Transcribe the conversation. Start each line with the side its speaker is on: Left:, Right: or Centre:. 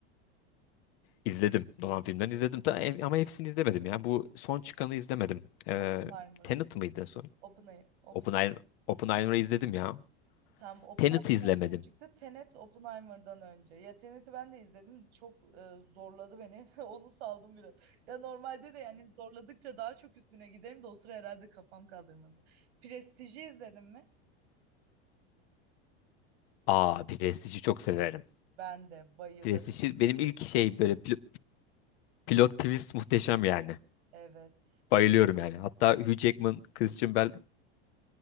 Left: İzledim. Nolan filmlerini izledim. Ta, e- ama hepsini izlemedim ya. Bu son çıkanı izlemedim. Ee,
Right: Oppenheimer'ı.
Left: Tenet mıydı en son?
Right: Oppenheimer. Oppenheimer.
Left: Oppenheimer, Oppenheimer'ı izledim ya.
Right: Tam Oppenheimer
Left: Tenet'i izlemedim.
Right: en son çıktı. Tenet Oppenheimer'dan önce. Ya Tenet'i ben de izledim. Çok e, zorladı beni. <laughs> Onu saldım biraz. Ya normalde de yani zorladıkça daha çok üstüne giderim de o sıra herhalde kafam kaldırmadı. Prestij'i izledin mi?
Left: Aa, Prestige'i çok severim.
Right: Ben de bayılırım.
Left: Prestige'i benim ilk şey böyle pil- pilot twist muhteşem yani.
Right: Evet.
Left: Bayılıyorum yani. Hatta Hugh Jackman, Christian Bale